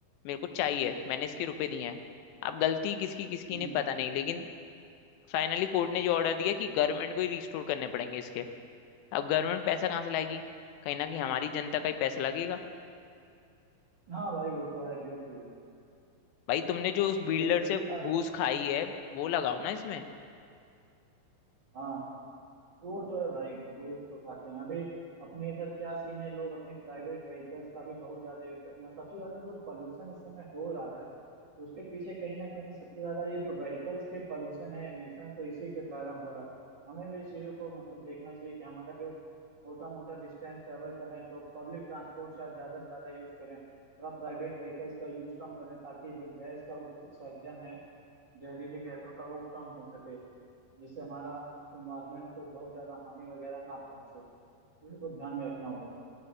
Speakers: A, on the left; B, on the right.
A: मेरे को चाहिए मैंने इसके रुपए दिए हैं अब गलती किसकी किसकी
B: हम्म।
A: नहीं पता नहीं लेकिन फाइनली कोर्ट ने जो ऑर्डर दिया कि गवर्नमेंट को ही रिस्टोर करने पड़ेंगे इसके अब गवर्नमेंट पैसा कहाँ से लाएगी कहीं ना कहीं हमारी जनता का ही पैसा लगेगा
B: हाँ भाई वो तो है बिल्कुल
A: भाई तुमने जो उस बिल्डर
B: जैसे
A: से
B: कि
A: घूस
B: अब
A: खाई है वो लगाओ ना इसमें
B: हाँ वो तो है भाई घूस तो खाते हैं अभी अपने इधर क्या सीन है लोग अपने प्राइवेट व्हीकल्स का भी बहुत ज्यादा यूज करते हैं सबसे ज्यादा जो पोल्यूशन इस समय हो रहा है तो उसके पीछे कहीं ना कहीं सबसे ज्यादा ये जो व्हीकल्स के पोल्यूशन है एमिशन है इसी के कारण हो रहा है हमें भी इस चीजों को मतलब देखना चाहिए कि हम अगर जो छोटा मोटा डिस्टेंस ट्रेवल कर रहे हैं तो पब्लिक ट्रांसपोर्ट का ज्यादा से ज्यादा यूज करें थोड़ा प्राइवेट व्हीकल्स का यूज कम करें ताकि जो गैस का उत्सर्जन है जहरीली गैसों का वो कम हो सके जिससे हमारा इन्वायरमेंट को बहुत ज्यादा हानि वगैरह ना पहुंचे ये तो ध्यान में रखना होगा